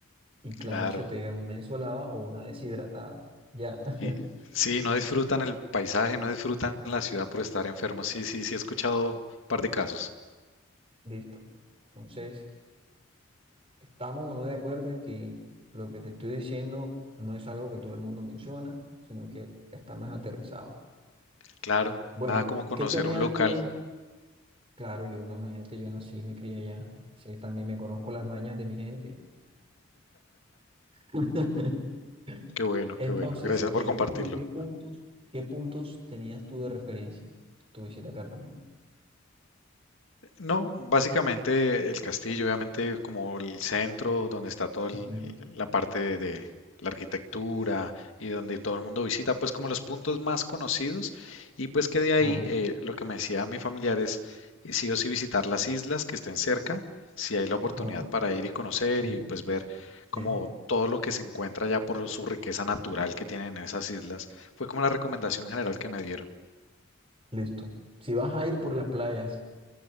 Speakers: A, on the right (about 25°); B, on the left (about 65°).
A: y claro,
B: Claro.
A: se pegan una ensolada o una deshidratada. Ya, <laughs>
B: Y sí, no disfrutan el paisaje, no disfrutan la ciudad por estar enfermos. Sí, sí, sí, he escuchado un par de casos.
A: listo. Entonces... estamos o no de acuerdo en que lo que te estoy diciendo no es algo que todo el mundo menciona, sino que está más aterrizado.
B: Claro,
A: Bueno,
B: nada como conocer
A: ¿qué tenías
B: un local.
A: tú en... Claro, yo, una imagínate, yo nací, me crié allá, sí, también me conozco las mañas de mi gente. <laughs>
B: Qué bueno,
A: Entonces,
B: qué bueno. Gracias
A: eh,
B: por compartirlo.
A: ¿qué, qué puntos, qué puntos tenías tú de referencia tu visita a Cartagena?
B: No, básicamente el castillo, obviamente como el centro donde está toda
A: Ujú.
B: la parte de la arquitectura y donde todo el mundo visita, pues como los puntos más conocidos y pues que de ahí
A: Ajá,
B: eh, lo que me decía mi familiar es eh, sí o sí visitar las islas que estén cerca, si hay la oportunidad
A: ajá,
B: para ir y conocer
A: sí,
B: y pues ver como
A: sí,
B: todo lo que se encuentra ya por su riqueza natural que tienen en esas islas. Fue como la recomendación general que me dieron.
A: listo. Si vas a ir por las playas,